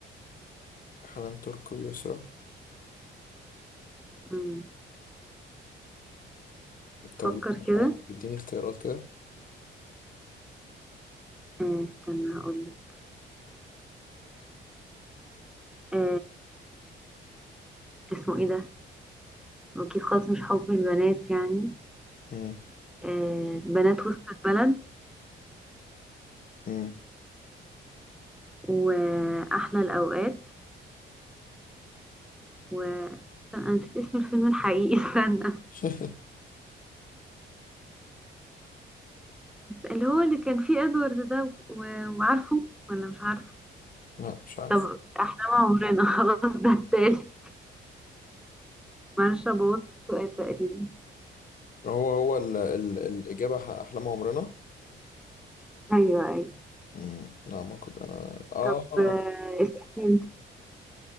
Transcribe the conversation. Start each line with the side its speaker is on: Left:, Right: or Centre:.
Left: حنان ترك ويسرا
Centre: مم.
Left: طب
Centre: فكر
Left: لا، مش
Centre: كده
Left: عارف اديني اختيارات كده
Centre: آه استنى هقول لك آه اسمه ايه ده واكيد خلاص مش حب البنات يعني
Left: مم.
Centre: آه، بنات وسط البلد
Left: مم.
Centre: وأحلى الأوقات و استنى، أنا نسيت اسم الفيلم الحقيقي <laughs> استنى
Left: <laughs>
Centre: اللي هو اللي كان فيه إدوارد ده و- وعارفه ولا مش عارفه
Left: لا مش عارف
Centre: طب احنا مع عمرنا <laughs> خلاص ده التالت معلش أبوظ السؤال تقريبا
Left: هو هو ال ال الإجابة ح- أحلام عمرنا
Centre: أيوه أيوه
Left: مم. لا ما كنت أنا آه
Centre: طب آه، اسألني أنت